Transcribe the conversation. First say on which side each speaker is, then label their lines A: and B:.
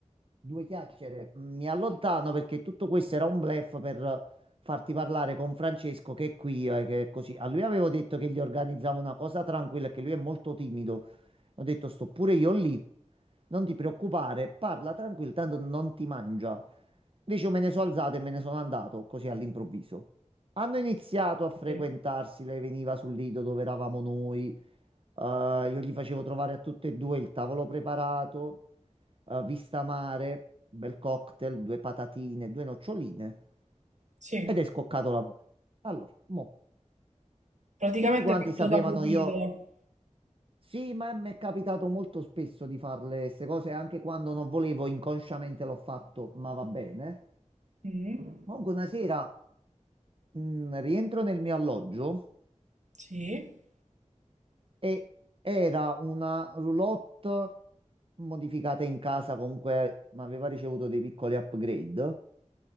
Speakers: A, on the right; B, on the right.
A: Due chiacchiere. Mi allontano perché tutto questo era un bluff per farti parlare con Francesco che è qui e che è così. A lui avevo detto che gli organizzavo una cosa tranquilla, che lui è molto timido. Ho detto sto pure io lì. Non ti preoccupare, parla tranquillo, tanto non ti mangia. Invece io me ne sono alzato e me ne sono andato così all'improvviso. Hanno iniziato a frequentarsi,
B: Ok.
A: lei veniva sul lido dove eravamo noi, eh, io gli facevo trovare a tutte e due il tavolo preparato eh, vista mare, bel cocktail, due patatine, due noccioline
B: Sì,
A: ed è scoccato l'amore. Allora, mo,
B: praticamente
A: tutti quanti
B: è fatto
A: sapevano
B: da Cupido.
A: io, sì, ma mi è capitato molto spesso di farle queste cose, anche quando non volevo, inconsciamente l'ho fatto, ma va bene.
B: Mm,
A: Comunque una sera mh, rientro nel mio alloggio
B: Sì.
A: e era una roulotte modificata in casa, comunque ma aveva ricevuto dei piccoli upgrade.